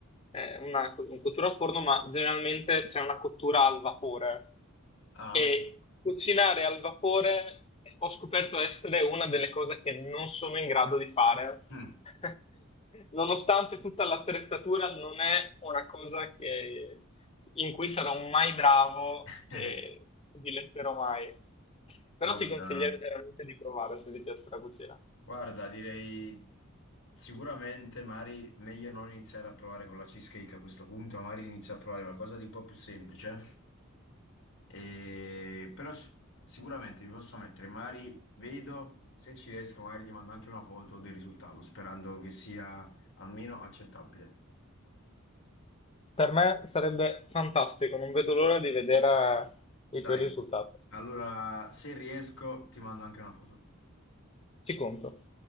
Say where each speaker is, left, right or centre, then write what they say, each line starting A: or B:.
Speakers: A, on the left (about 30°); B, on the left (about 65°).
A: eh, una, un cottura a forno, ma generalmente c'è una cottura al vapore.
B: Ah,
A: E
B: ok.
A: cucinare al vapore ho scoperto essere una delle cose che non sono in grado di fare.
B: Mm.
A: <laughs> nonostante tutta l'attrezzatura, non è una cosa che- in cui sarò mai bravo
B: <laughs>
A: e
B: Eh,
A: diletterò mai. Però
B: guarda.
A: ti consiglierei veramente di provare se ti piace la cucina.
B: Guarda, direi sicuramente Mari meglio non iniziare a provare con la cheesecake a questo punto, magari inizio a provare qualcosa di un po' più semplice. E- Però si- sicuramente mi posso mettere Mari, vedo, se ci riesco magari ti mando anche una foto del risultato, sperando che sia almeno accettabile.
A: Per me sarebbe fantastico, non vedo l'ora di vedere eh,
B: Dai,
A: i tuoi risultati.
B: allora se riesco ti mando anche una foto.
A: Ci conto.